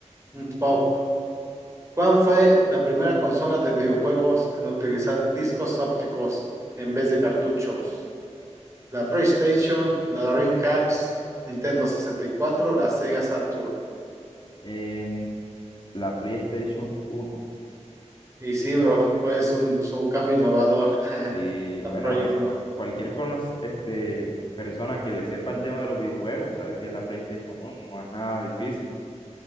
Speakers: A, on the right; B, on the left.
A: Un pop. ¿Cuál fue la primera consola de videojuegos en utilizar discos ópticos en vez de cartuchos? La PlayStation, la Dreamcast, Nintendo sesenta y cuatro, la Sega Saturn.
B: En la PlayStation uno
A: Y sí, bro, fue un, su cambio innovador. <laughs>
B: sí,
A: La
B: bueno,
A: Play
B: eso,
A: uno
B: cualquier conoc- este, persona que le sepa el tema de los videojuegos sabe que es la PlayStation uno no es nada difícil.